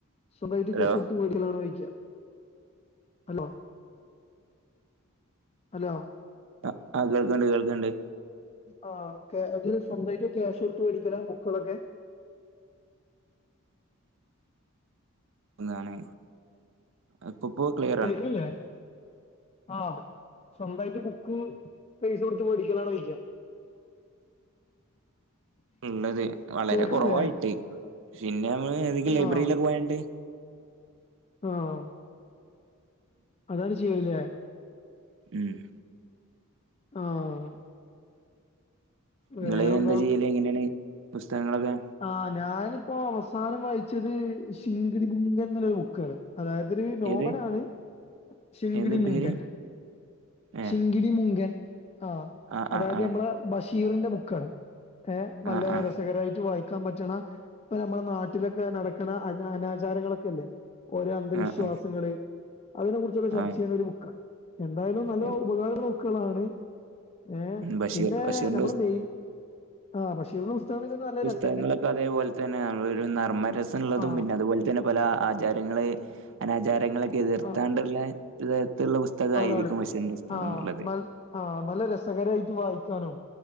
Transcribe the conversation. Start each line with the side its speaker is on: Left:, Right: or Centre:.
Left: സ്വന്തായിറ്റ്
Right: ഹലോ
Left: ക്യാശ് കൊടുത്ത് മേടിക്കലാണോ ഓയിക്കാ ഹലോ ഹലോ
Right: ആഹ് ആ കേൾക്ക്ണ്ട് കേൾക്ക്ണ്ട്.
Left: ആഹ് ഓക്കെ അത് സ്വന്തായിറ്റ് ക്യാഷ് കൊടുത്ത് മേടിക്കലാ ബുക്ക്ളൊക്കെ?
Right: ന്നാണ് ഉപ്പുപ്പൂ ക്ലിയ
Left: കേക്ക്ണില്ലേ? ആഹ് സ്വന്തായിറ്റ് ബുക്ക് പൈസ കൊടുത്ത് മേടിക്കലാണോയിക്ക.
Right: ഉള്ളത് വളരെ
Left: കേക്കണില്ലേ
Right: കൊറവായിട്ട് പിന്നെ ഞമ്മള് ഏതെങ്കിലും ലൈബ്രയിലൊക്കെ
Left: ആഹ്
Right: പോയാണ്ട്
Left: ആഹ് അതാര് ചെയ്യൂല്ലേ.
Right: ഉം
Left: ആഹ് വേറെന്താ
Right: നിങ്ങള് എന്താ ചെയ്യല് എങ്ങനേണ് പുസ്തകങ്ങളൊക്കെ?
Left: ആഹ് ഞാനിപ്പോ അവസാനം വായിച്ചത് ശിങ്കിടി ബുങ്ക് എന്നൊരു ബുക്കാണ്. അതായത് ഒര് നോവലാണ്
Right: ഏത്
Left: ശിങ്കിടി
Right: ഏത്
Left: മുങ്കൻ.
Right: പേര് ഏ
Left: ശിങ്കിടി മുങ്കൻ. ആഹ്
Right: ആ
Left: അതായത്
Right: ആ ആ ആ
Left: ഞമ്മളാ ബഷീറിന്റെ ബുക്കാണ് ഏ നല്ല
Right: ആ
Left: രസകരായിറ്റ് വായി ക്കാൻ പറ്റ്ണ ഇപ്പ ഞമ്മള നാട്ടിലൊക്കെ നടക്ണ അനാ അനാചാരങ്ങള് ഒക്കെയല്ലേ. ഓരോ അന്ധവിശ്വാസങ്ങള്
Right: ആ ആ
Left: അതിനെ കുറിച്ചൊക്കെ ചർച്ചെയ്യുന്ന
Right: ആ
Left: ഒരു മുക്കാണ് എന്തായാലും നല്ലൊംഉപകാരള്ള
Right: അതെ
Left: ബുക്ക്ളാണ് ഏ
Right: ബഷീർ
Left: പിന്നേ
Right: ബഷീറിന്റെ
Left: ഞമ്മള മെയ് ആ ബഷീർന്റെ പുസ്തകപിന്നെ നല്ല രസ്
Right: തകങ്ങളൊക്കെ അതേപോലെ തന്നെയാണ് വെരുനർമ്മരസള്ളതും
Left: ആ
Right: പിന്നെ അതുപോലെ തന്നെ പല ആചാരങ്ങള് അനാചാരങ്ങളൊ എതിർത്താണ്ട്ള്ള
Left: ആ
Right: ഇദരത്തിലുള്ള പുസ്തകായിരിക്കും
Left: അതാണ്
Right: പഷേനി <unintelligible> ഇഷ്ടം
Left: ആ
Right: ള്ളത്
Left: നൽ ആ നല്ല രസകരായിറ്റ് വായിക്കാനും